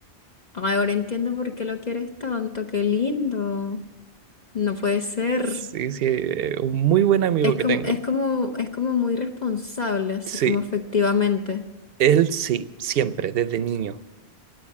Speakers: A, on the left (about 40°); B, on the right (about 60°).
A: Ay, ahora entiendo por qué lo quieres tanto. Qué lindo. No puede ser.
B: Sí, sí, eh, un muy buen amigo
A: Es
B: que
A: como,
B: tengo.
A: es como, es como muy responsable, así
B: Sí,
A: como efectivamente.
B: él sí, siempre, desde niño.